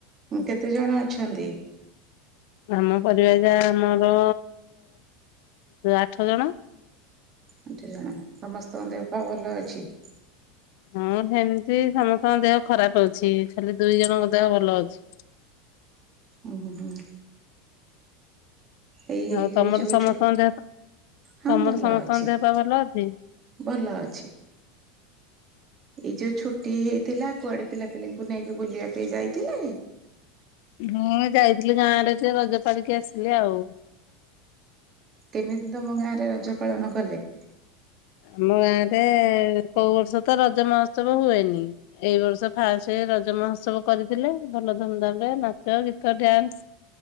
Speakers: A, on the right; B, on the left.
A: କେତେ ଜଣ ଅଛନ୍ତି?
B: ଆମ ପରିବାର ରେ ଯା ଆମର ଆଠ ଜଣ।
A: ଆଠ ଜଣ ସମସ୍ତଙ୍କ ଦେହ ପା ଭଲ ଅଛି?
B: ହଁ, ସେମିତି ସମସ୍ତଙ୍କ ଦେହ ଖରାପ୍ ହଉଛି ଖାଲି ଦୁଇ ଜଣଙ୍କ ଦେହ ଭଲ ଅଛି।
A: ଉହୁଁ, ହୁଁ ଏଇ
B: ଆଉ ତମର
A: ଯୋଉ
B: ସମସ୍ତଙ୍କ
A: ଛୁ
B: ଦେହ
A: ହଁ,
B: ତମର
A: ଭଲ
B: ସମସ୍ତଙ୍କ
A: ଅଛି,
B: ଦେହ ପା ଭଲ ଅଛି?
A: ଭଲ ଅଛି। ଏଇ ଯୋଉ ଛୁଟି ହେଇଥିଲା କୁଆଡେ ପିଲାପିଲାଙ୍କୁ ନେଇକି ବୁଲିବା ପାଇଁ ଯାଇଥିଲେ
B: ହଁ ଯାଇଥିଲି ଗାଁ ଆଡେ ଜେ ରଜ ସାରିକି ଆସିଲି ଆଉ।
A: କେମିତି ତମ ଗାଁରେ ରଜ ପାଳନ କଲେ?
B: ଆମ ଗାଁ ରେ କୋଉ ବର୍ଷ ତ ରଜ ମହୋତ୍ସବ ହୁଏନି ଏଇ ବର୍ଷ ଫାଷ୍ଟ ରଜ ମହୋତ୍ସବ କରିଥିଲେ ଭଲ ଧୁମଧାମ ରେ ନାଚ, ଗୀତ, ଡ୍ୟାନ୍ସ